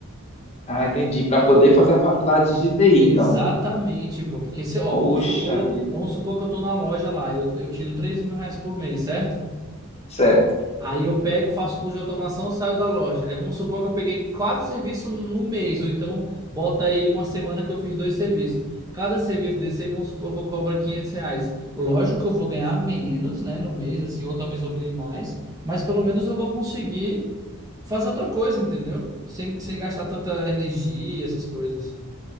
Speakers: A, on the left (about 30°); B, on the right (about 15°).
A: Ah, entendi. Para poder fazer a faculdade
B: E-
A: de TI,
B: Exatamente,
A: então.
B: pô, porque se, ó,
A: Poxa
B: vamos supor,
A: vida.
B: vamos supor que eu tô na loja lá, eu, eu tiro três mil reais por mês, certo?
A: Certo.
B: Aí eu pego, faço curso de automação, saio da loja. Aí vamos supor que eu peguei quatro serviços no mês, ou então bota aí uma semana que eu fiz dois serviços. Cada serviço desse, aí, vamos supor que eu cobro 500 reais. Lógico que eu vou ganhar menos, né, no mês, assim, ou talvez eu ganhe mais, mas pelo menos eu vou conseguir fazer outra coisa, entendeu? Sem, sem gastar tanta energia, essas coisas.